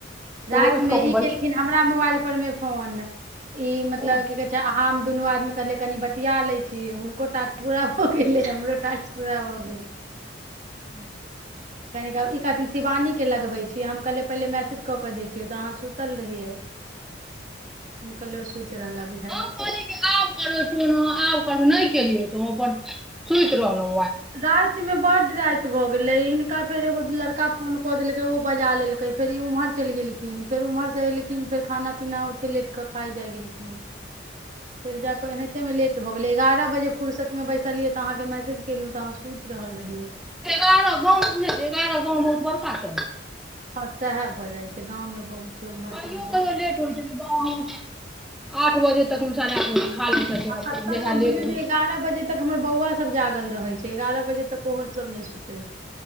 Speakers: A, on the right; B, in the centre.
A: राति
B: तऽ उठि
A: मे
B: कऽ अपन
A: ई
B: बैस
A: केलखिन हमरा मोबाइल परमे फोन ई मतलब
B: हम
A: की कहै छै हम दुनू आदमी कहलिये कनि बतिया लै छियै हुनको टास्क पूरा भऽ गेलै हमरो टास्क पूरा भऽ गेलै
B: <inaudible>
A: कनि ई कहथिन शिवानी के लगबे छियै हम कहलिअन्हि पहिने मैसेज कऽ के देखियौ तऽ अहाँ सुतल रहियै हम कहलियै रहला बुझाइया
B: हम कहलियै कि आब करबै फोन अहाँ आब करबै नहि केलियै तऽ हम अपन सुति रहलौं
A: रातिमे बड्ड राति भऽ गेलै हिनका फेर एगो लड़का फोन कऽ देलकै ओ बजा लेलकै फेर ई उम्हर चलि गेलथिन फेर उम्हर से एलथिन फेर खाना पीना ओते लेट के खाइ जाय गेलथिन फेर जाक एनाहिते मे लेट भऽ गेलै एगार बजे फुरसत मे बैसलियै तऽ अहाँके मैसेज केलहुँ तऽ अहाँ सुति रहल रहियै
B: एगारह गाउँ बुझै छियै एगारह गाउँ बहुत बड़का <inaudible>
A: हँ सैह भऽ जाइ छै गाउँमे बहुत लम्बा
B: कहियो
A: टाइम भऽ
B: कहियो
A: जाइ
B: लेट होइ छै तऽ बाबा हम
A: छै
B: आठ बजे तक मे साढ़े आठ बजे खा लै छथिन
A: आ
B: जहिया
A: एतऽ तऽ बुझियौ
B: लेट भेल
A: जे एगारह बजे तक हमर बौआ सब जागल रहै छै एगारह बजे तक ओहो सब नहि सुतय